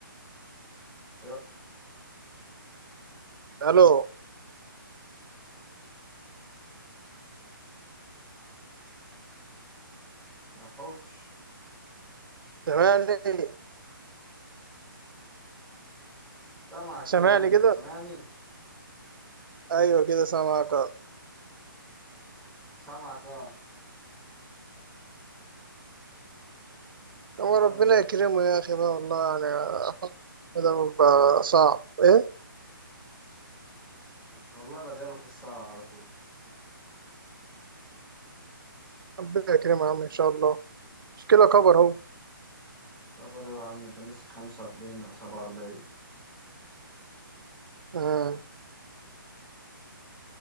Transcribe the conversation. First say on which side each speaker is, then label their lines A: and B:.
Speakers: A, in the centre; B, on the right.
A: حقوق
B: الو
A: ما حكش
B: سامعني
A: سامعك
B: سامعني
A: كده ايوه
B: كده؟
A: سامعني
B: ايوه كده سامعك آه.
A: سامعك اه بس
B: هو
A: انت
B: ربنا
A: عامل ايه
B: يكرمه يا اخي بقى والله يعني آه، ده بقى صعب ايه؟
A: والله بداله في الصلاه على طول
B: ربنا يكرمه يا عم ان شاء الله مشكلة كبر اهو
A: كبر يا عم انت ماسك 45 او 47
B: آه.